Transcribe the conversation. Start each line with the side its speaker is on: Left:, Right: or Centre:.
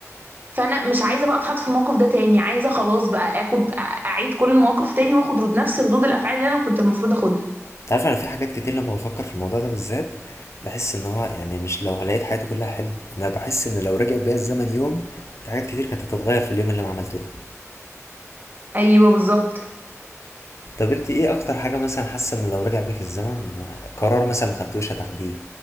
Right: فانا مش عايزه بقى اتحط في الموقف ده تاني عايزه خلاص بقى اخد اعيد كل المواقف تاني واخد رد نفس ردود الافعال اللي انا كنت المفروض اخدها
Left: انت عارف انا في حاجات كتير لما بفكر في الموضوع ده بالذات بحس ان هو يعني مش لو لقيت حياتي كلها حلم انا بحس ان لو رجع بيا الزمن يوم في حاجات كتير كانت هتتغير في اليوم اللي انا عملته ده
Right: ايوه بالظبط
Left: طب انت ايه اكتر حاجه مثلا حاسه ان لو رجع بيك الزمن قرار مثلا ما خدتوش هتاخديه